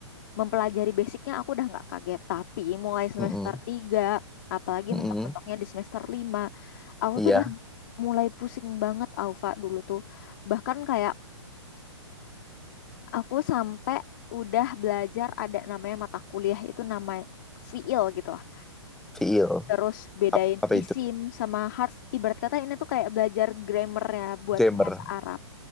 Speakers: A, on the left; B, in the centre.
A: mempelajari basicnya aku udah nggak kaget. Tapi mulai semester
B: Mm-mm.
A: tiga apalagi
B: Mm-mm.
A: mentok-mentoknya di semester lima aku
B: iya
A: tuh udah mulai pusing banget Alfa dulu tuh. Bahkan kayak aku sampai udah belajar ada namanya mata kuliah itu nama fiil gitu lah.
B: feel
A: Terus bedain
B: Ap- apa
A: isim
B: itu
A: sama harf. Ibarat kata ini tuh kayak belajar grammarnya buat
B: gamer
A: bahasa Arab.